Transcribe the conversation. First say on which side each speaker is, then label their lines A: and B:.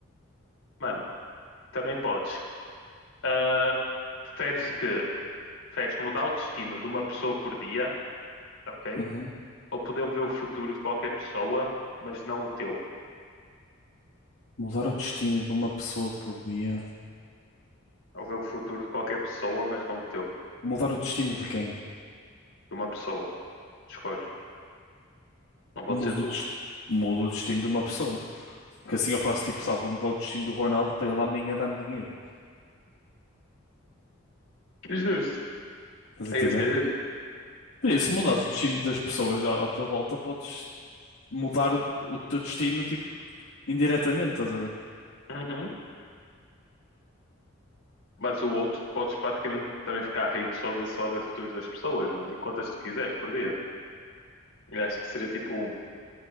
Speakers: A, on the left; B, on the left.
A: Mano, também podes. Ah, preferes que preferes mudar o destino de uma pessoa por dia, ok?
B: Uhum.
A: ou poder ver o futuro de qualquer pessoa, mas não o teu.
B: Mudar o destino de uma pessoa por dia.
A: Ou ver o futuro de qualquer pessoa, mas não o teu. De
B: Mudar o destino de quem?
A: uma pessoa. Escolhes. Não pode
B: Mudo
A: ser tu.
B: o, des- mudo o destino de uma pessoa. Que assim eu faço tipo, sabe, vou mudar o destino do Ronaldo para ele amanhã dar-me dinheiro.
A: Justo.
B: Estás a
A: É
B: entender?
A: isso que é justo.
B: Por isso, se mudares o destino das pessoas à, à tua volta, podes mudar o, o teu destino, tipo, indiretamente, estás a ver?
A: Uhum. Mas o outro, tu podes praticamente também ficar rico só de só ver futuros das pessoas, mano. E quantas tu quiseres por dia. Eu acho que seria tipo. um-